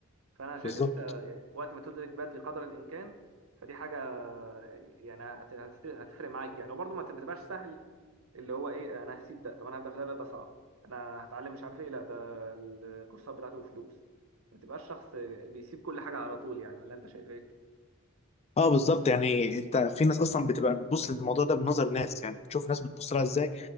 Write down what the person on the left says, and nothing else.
بالظبط
اه بالظبط يعني انت في ناس اصلا بتبقى بتبص للموضوع ده بنظر ناس يعني بتشوف ناس بتبص لها ازاي